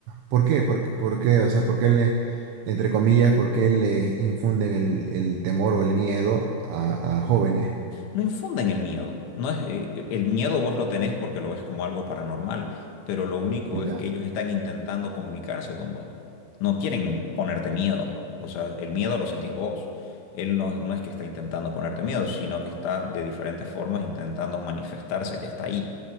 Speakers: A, on the right; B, on the left.
A: ¿por qué? ¿Por qué? por qué? O sea, ¿por qué le, entre comillas, por qué le infunden el, el temor o el miedo a, a jóvenes?
B: No infunden el miedo. No es, eh, eh, el miedo vos lo tenés porque lo ves como algo paranormal, pero lo único
A: Ya.
B: es que ellos están intentando comunicarse con vos. No quieren ponerte miedo. O sea, el miedo lo sentís vos. Él no, no es que está intentando ponerte miedo, sino que está de diferentes formas intentando manifestarse que está ahí.